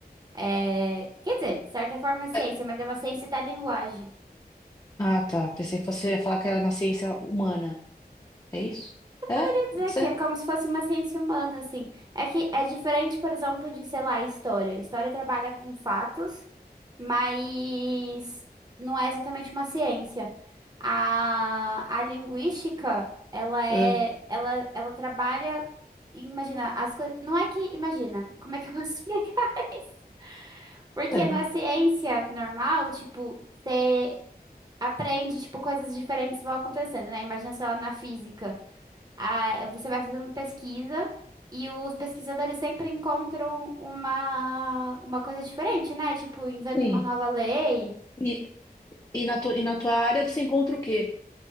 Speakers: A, on the right; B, on the left.
A: É, quer dizer, de certa forma é ciência,
B: É.
A: mas é uma ciência da linguagem.
B: Ah, tá. Pensei que você ia falar que era na ciência humana. É isso? É?
A: poderia dizer
B: Pode ser?
A: que é como se fosse uma ciência humana, assim. É que é diferente, por exemplo, de, sei lá, história. História trabalha com fatos, mas não é exatamente uma ciência. A, a linguística, ela é,
B: É.
A: ela, ela trabalha, imagina, as coisas, não é que, imagina, como é que eu posso <laughs> explicar isso? Porque
B: É.
A: na ciência normal, tipo, você aprende, tipo, coisas diferentes vão acontecendo, né? Imagina, sei lá, na física. Ah, você vai fazendo pesquisa e os pesquisadores sempre encontram uma, uma coisa diferente, né? Tipo, inventa
B: Sim.
A: uma nova lei.
B: E, E na tua, e na tua área você encontra o quê?